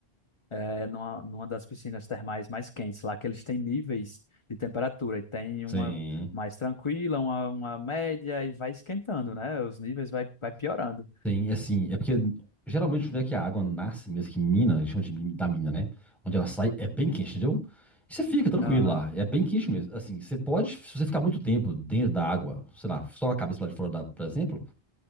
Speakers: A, on the left; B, in the centre.
A: é, numa, numa das piscinas termais mais quentes, lá que eles têm níveis de temperatura, e tem
B: Sim.
A: uma mais tranquila, uma, uma média, e vai esquentando, né? Os níveis vai, vai piorando.
B: Sim, assim, é porque geralmente onde é que a água nasce mesmo, que mina, a gente chama de mi- da mina, né? Onde ela sai, é bem quente, entendeu? E você fica tranquilo
A: Aham,
B: lá, é bem quente mesmo. Assim, você pode, se você ficar muito tempo dentro da água, sei lá, só a cabeça lá de fora, da, por exemplo,